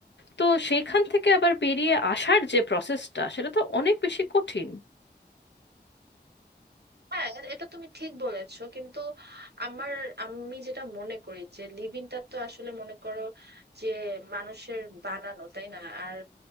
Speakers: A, on the left; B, on the right.
A: তো সেইখান থেকে আবার বেরিয়ে আসার যে প্রসেসটা সেটা তো অনেক বেশি কঠিন
B: হ্যাঁ এ- এটা তুমি ঠিক বলেছো কিন্তু আমার আমি যেটা মনে করি যে লিভিংটা তো আসলে মনে করো যে মানুষের বানানো তাই না আর